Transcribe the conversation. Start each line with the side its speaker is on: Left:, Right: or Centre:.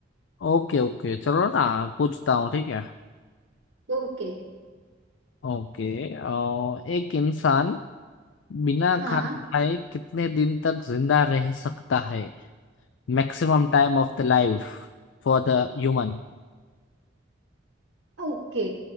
Left: ओके ओके चलो ना पूछता हूँ ठीक है
Right: ओके
Left: ओके अ, एक इंसान बिना
Right: हाँ
Left: खाना खाए कितने दिन तक जिंदा रह सकता है Maximum time of the life for the human
Right: ओके